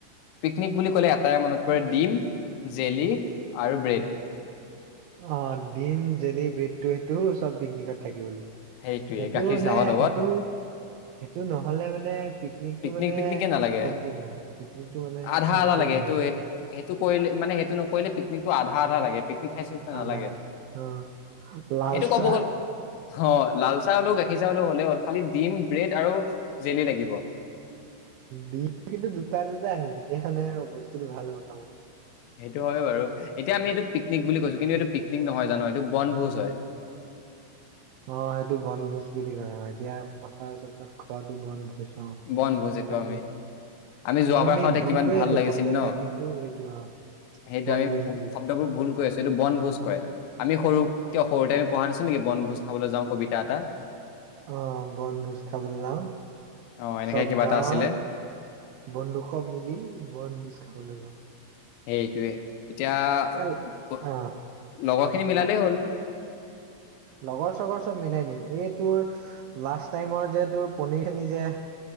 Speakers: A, on the left; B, on the right.
A: পিকনিক বুলি এটাই মনত পৰে ডিম, জেলি আৰু ব্ৰেড।
B: অ', ডিম, জেলি, ব্ৰেডটো সেইটোও চ'ব পিকনিকত থাকিব লাগিব।
A: সেইটোয়ে
B: সেইটো
A: গাখীৰ
B: মানে,
A: চাহৰ লগত
B: এইটো, সেইটো, নহ'লে মানে পিক নিকটো
A: পিকনিক
B: মানে
A: পিকনিকে নালাগে
B: কমপ্লিট নহয়, পিনিক মানে
A: আধা
B: কমপ্লিট
A: আধা লাগে
B: নহয়।
A: সেইটো সেইটো কৰিলে, মানে সেইটো নকৰিলে পিকনিকতটো আধা আধা লাগে। পিকনিক খাইছো নিচিনা
B: আধা
A: নালাগে,
B: অ লাল
A: এইটো ক'ব
B: চাহ
A: গ'ল অ', লাল চাহ হ'লেও, গাখীৰ চাহ হলেও হ'লে হ'ল, খালি ডিম, ব্ৰেড আৰু জেলি লাগিব।
B: দিম, কিন্তু দুটা দুটা আনিব তেতিয়া মানে বস্তুতটো ভাল হ'ব খাবলে।
A: সেইটো হয়ে বাৰু। এতিয়া আমি এইটো পিকনিক বুলি কৈছো, কিন্তু এইটো পিকনিক নহয় জান, এইটো বনভোজ হয়।
B: অ', এইটো বুলি কয় অ', এতিয়া পথাত-চথাৰত খোৱাাতটো বনভোজ। অ
A: বনভোজ এইটো
B: তাকে
A: আমি। আমি যোৱাবাৰ
B: এইটো
A: খাওঁতে
B: ভুল
A: কিমান
B: কৰি
A: ভাল
B: আছো
A: লাগিছিল
B: শব্দবিলাক
A: ন?
B: কিন্তু সেইটো অ
A: সেইটো
B: বনভোজ
A: আমি
B: বুলি কয়
A: শব্দবোৰ ভুল কৰি আছো এইটো বনভোজ। কয়। আমি সৰু, কিয় সৰুতে আমি পঢ়া নাছিলো নেকি বনভোজ খাবলৈ যাওঁ কবিতা এটা।
B: অ', বনভোজ খাবলৈ যাওঁ,
A: অ এনেকে
B: চ'ব
A: কিবা
B: গাঁৱৰ
A: এটা আছিলে
B: বন্ধুসৱ মিলি বনভোজ খাবলৈ যাওঁ।
A: সেইটোৱেই, এতিয়া
B: এ
A: প-
B: অ
A: লগৰখিনি মিলালেই হ'ল।
B: লগৰ-চগৰ চ'ব মিলাই নিম, এই তোৰ লাষ্ট টাইমৰ যে তোৰ পনিৰ খিনি যে।